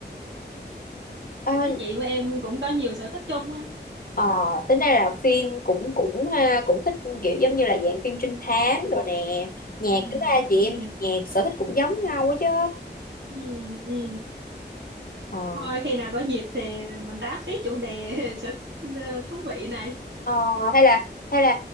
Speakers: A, on the left (about 55°); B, on the right (about 80°).
A: ừ.
B: Thấy chị với em cũng có nhiều sở thích chung á
A: Ờ, tính ra là phim cũng cũng ha, cũng thích kiểu giống như là dạng phim trinh thám rồi nè nhạc
B: ừ
A: tính ra chị
B: ừ
A: em nhạc sở thích cũng giống nhau quá chứ
B: ừ ừ
A: ờ,
B: thôi khi nào có dịp thì mình tám tiếp chủ đề <laughs> sở thích ờ, thú vị này
A: ờ, hay là hay là